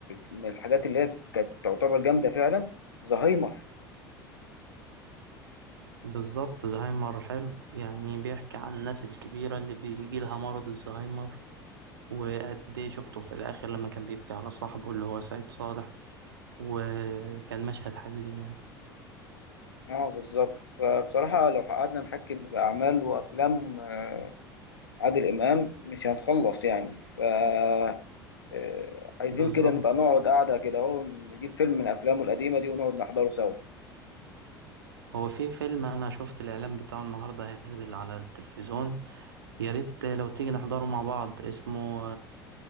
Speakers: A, on the left; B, on the right.
A: من الحاجات اللي هي كانت تعتبر جامدة فعلا زهايمر
B: بالظبط زهايمر حلو يعني بيحكي عن الناس الكبيرة اللي بيجي لها مرض الزهايمر وقد ايه شفته في الآخر لما كان بيبكي على صاحبه اللي هو سعيد صالح وكان مشهد حزين يعني
A: اه بالظبط فبصراحة لو قعدنا نحكي بأعمال وأفلام آه، عادل إمام مش هنخلص يعني ف آه، آه، عايزين
B: بالظبط
A: كده نبقى نقعد قاعدة كده اهو نجيب فيلم من أفلامه القديمة دي ونقعد نحضره سوا
B: هو في فيلم أنا شفت الإعلان بتاعه النهاردة هينزل على التلفزيون يا ريت لو تيجي نحضره مع بعض اسمه